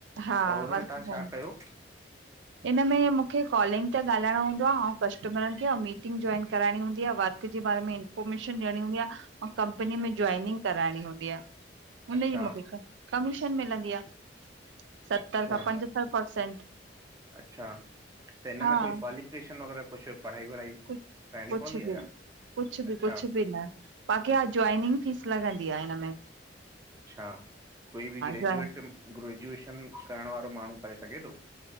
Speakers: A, on the right; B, on the right.
A: हा
B: त हुन
A: वर्क
B: में तां
A: फ्रोम
B: छा कयो?
A: इन में मुखे कॉलिंग ते ॻलाएणो हूंदो आ, ओं कस्टमरन खे, ओं मीटिंग जॉइन कराइणी हूंदी आ, वर्क क जे बारे में इन पमिशन ॾेणी हूंदी आ, ओं कंपनी में जॉइनिंग कराएणी हूंदी आ, हुनजी
B: अच्छा
A: मुखे कमीशन मिलंदी आ, सत्तर
B: अच्छा
A: खां पंजत्तर परसेंट
B: अच्छा त हिन
A: हा
B: में कोई क्वालिफिकेशन वग़ैरा कुछ, पढ़ाई वढ़ाई
A: कु,
B: करणी
A: कुछ
B: पवंदी आहे
A: बि
B: छा
A: न, कुछ
B: अच्छा
A: बि, कुछ बि न बाक़ी हा, जॉइनिंग फीस लॻंदी आ ईनमें
B: अच्छा, कोई बि ग्रेजुएट,
A: जॉइन
B: ग्रेजुएशन करण वारो माणू, करे सघे तो?